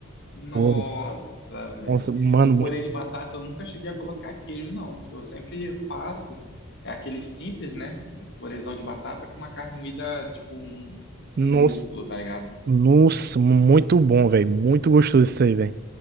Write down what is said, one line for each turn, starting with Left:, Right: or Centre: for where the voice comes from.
Left: Nossa,
Right: Pô,
Left: velho.
Right: nossa, Mano,
Left: O purê
Right: muito.
Left: de batata eu nunca cheguei a colocar queijo, não. Eu sempre faço, é aquele simples, né? O purêzão de batata com uma carne moída, tipo um,
Right: Nossa,
Left: um músculo, tá ligado?
Right: nossa, muito bom, velho. Muito gostoso isso aí, velho.